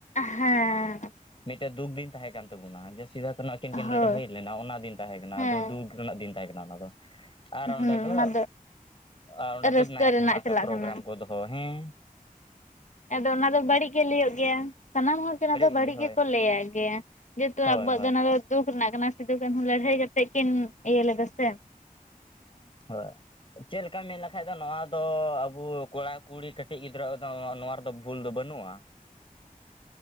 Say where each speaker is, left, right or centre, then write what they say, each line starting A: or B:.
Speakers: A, on the left; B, on the left.
A: ᱦᱮᱸ
B: ᱢᱤᱫᱴᱟᱹᱜ ᱫᱩᱠ ᱫᱤᱱ ᱛᱟᱦᱮᱸ ᱠᱟᱱ ᱛᱟᱵᱚᱱᱟ ᱡᱮ ᱥᱤᱫᱟᱹ ᱠᱟᱹᱱᱳ ᱟᱹᱠᱤᱱ ᱠᱤᱱ
A: ᱦᱳᱭ
B: ᱞᱟᱹᱲᱦᱟᱹᱭ ᱞᱮᱱᱟ ᱚᱱᱟ ᱫᱤᱱ ᱛᱟᱦᱮᱸ ᱠᱟᱱᱟ
A: ᱦᱮᱸ
B: ᱟᱫᱚ ᱫᱩᱠ ᱨᱮᱱᱟᱜ ᱫᱤᱱ ᱛᱟᱦᱮᱸ ᱠᱟᱱᱟ ᱚᱱᱟ ᱫᱚ ᱟᱨ ᱚᱸᱰᱮ
A: ᱦᱩᱸ
B: ᱫᱚ
A: ᱚᱱᱟ
B: ᱚᱸᱰᱮ ᱫᱚ
A: ᱨᱟᱹᱥᱠᱟᱹ
B: ᱱᱟᱮᱴ
A: ᱨᱮᱱᱟᱜ
B: ᱫᱷᱢᱟᱠᱟ
A: ᱪᱟᱞᱟᱜ
B: ᱯᱨᱳᱜᱨᱟᱢ
A: ᱠᱟᱱᱟ
B: ᱠᱚ ᱫᱚᱦᱚ ᱦᱮᱸ ᱾
A: ᱟᱫᱚ ᱚᱱᱟ ᱫᱚ ᱵᱟᱹᱲᱤᱡ ᱜᱮ ᱞᱟᱹᱭᱟᱹᱜ ᱜᱮᱭᱟ ᱥᱟᱱᱟᱢ ᱦᱚᱲᱜᱮ ᱚᱱᱟ ᱫᱚ
B: ᱜᱮ
A: ᱵᱟᱹᱲᱤᱡ
B: ᱦᱳᱭ
A: ᱜᱮᱠᱚ ᱞᱟᱹᱭᱟᱜ ᱜᱮᱭᱟ ᱾ ᱡᱮᱦᱮᱛᱩ
B: ᱦᱳᱭ
A: ᱟᱵᱚᱣᱟᱜ
B: ᱦᱳᱭ
A: ᱫᱚ ᱚᱱᱟ ᱫᱩᱠ ᱨᱮᱱᱟᱜ ᱠᱟᱱᱟ ᱥᱤᱫᱩ ᱠᱟᱹᱱᱦᱩ ᱞᱟᱹᱲᱦᱟᱹᱭ ᱠᱟᱛᱮᱜ ᱠᱤᱱ ᱤᱭᱟᱹ ᱞᱮᱫᱟ ᱥᱮ ᱾
B: ᱦᱳᱭ ᱪᱮᱫ ᱞᱮᱠᱟᱢ ᱢᱮᱱ ᱞᱮᱠᱷᱟᱡ ᱫᱚ ᱱᱚᱣᱟ ᱫᱚ ᱟᱵᱚ ᱠᱚᱲᱟ ᱠᱩᱲᱤ ᱠᱟᱹᱴᱤᱡ ᱜᱤᱫᱽᱨᱟᱹ ᱫᱚ ᱱᱚᱣᱟ ᱨᱮᱫᱚ ᱵᱷᱩᱞ ᱫᱚ ᱵᱟᱹᱱᱩᱜᱼᱟ